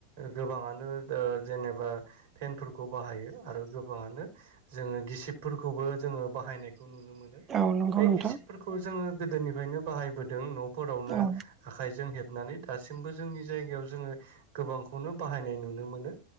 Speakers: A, on the right; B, on the right.
A: गोबाङानो जेनेबा फेनफोरखौ बाहायो आरो गोबाङानो जोङो गि सिबफोरखौबो जोङो बाहायनाय खौ नुनो मोनो
B: औ नंगौ
A: बे
B: नोंथां
A: गिसिबफोरखौ जोङो गोदोनिफ्रायनो बाहायबोदों न' फोरावनो
B: औ
A: आखाइजों हेब नानै दासिमबो जोंनि जायगायाव जोङो गोबांखौनो बाहायनाय नुनो मोनो।